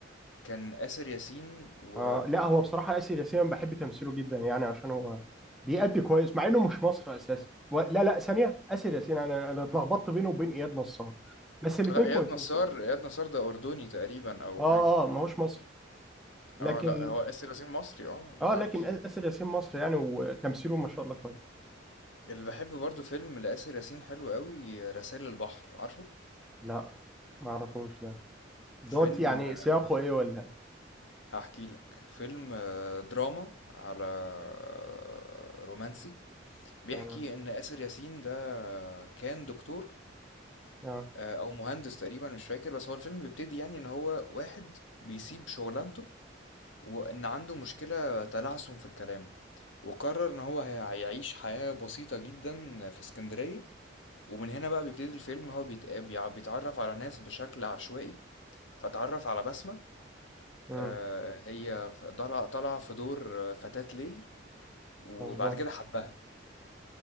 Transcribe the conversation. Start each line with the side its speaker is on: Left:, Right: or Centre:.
Left: كان آسر ياسين و
Centre: آه لا هو بصراحة آسر ياسين بحب تمثيله جدا يعني عشان هو بيأدي كويس مع إنه مش مصري أساسا و... لا لا ثانية آسر ياسين أنا أنا اتلخبطت بينه وبين إياد نصار بس الاتنين
Left: لا اياد
Centre: كويسين
Left: نصار اياد نصار ده اردني تقريبا او
Centre: آه
Left: حاجه
Centre: آه ما هوش مصري لكن
Left: اه لا هو آسر ياسين مصري اه
Centre: آه
Left: بالعكس
Centre: لكن آ- آسر ياسين مصري يعني وتمثيله ما شاء الله كويس
Left: اللي بحب برضو فيلم لآسر ياسين حلو قوي رسائل البحر عارفه
Centre: لا ما أعرفوش ده دوت
Left: فيلم
Centre: يعني سياقه إيه ولا إيه؟
Left: هحكي لك فيلم آه، دراما على آه، رومانسي بيحكي
Centre: تمام
Left: ان اسر ياسين ده آه، كان دكتور
Centre: آه
Left: آه، او مهندس تقريبا مش فاكر بس هو الفيلم بيبتدي يعني ان هو واحد بيسيب شغلانته وان عنده مشكلة تلعثم في الكلام وقرر ان هو هي- هيعيش حياة بسيطة جدا في اسكندرية ومن هنا بقى بيبتدي الفيلم ان هو بيتق- بيع- بيتعرف على ناس بشكل عشوائي فتعرف على بسمة
Centre: أمم،
Left: آه، هي طالعة طالعة في دور آه، فتاة ليل وبعد
Centre: مظبوط
Left: كده حبها